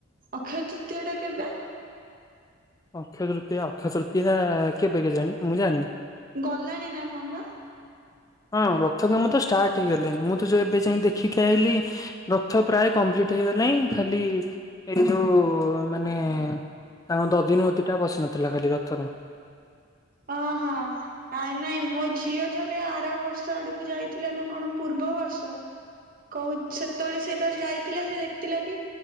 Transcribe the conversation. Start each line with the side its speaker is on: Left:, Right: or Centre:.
Right: ଅକ୍ଷୟ ତୃତୀୟ ଟା କେବେ?
Left: ଅକ୍ଷୟ ତୃତୀୟା ଅକ୍ଷୟ ତୃତୀୟା କେବେ କେଜାଣି ମୁଁ ଜାଣିନି।
Right: ଗଲାଣି ନା କଣ ବା?
Left: ହଁ ରଥ କାମ ତ ଷ୍ଟାର୍ଟ ହେଇଗଲାଣି ମୁଁ ତ ଯୋଉ ଏବେ ଯାଇ ଦେଖିକି ଆଇଲି। ରଥ ପ୍ରାୟ କମ୍ପ୍ଲିଟ ହେଇଗଲାଣି ଖାଲି ଏଇ ଯୋଉ ମାନେ ତାଙ୍କ ଦଧିନଉତି ଟା ବସି ନଥିଲା ଖାଲି ରଥର।
Right: ଓହୋ। ନାଇଁ ନାଇଁ ମୋ ଝିଅ ଥରେ ଆର ବର୍ଷ ଆଡକୁ ଯାଇଥିଲା ନା କଣ ପୂର୍ବ ବର୍ଷ।
Left: <inaudible>
Right: କହୁ ସେତେବେଳେ ସେ ଯେତେବେଳେ ଯାଇଥିଲା ସେ ଦେଖିଥିଲା କି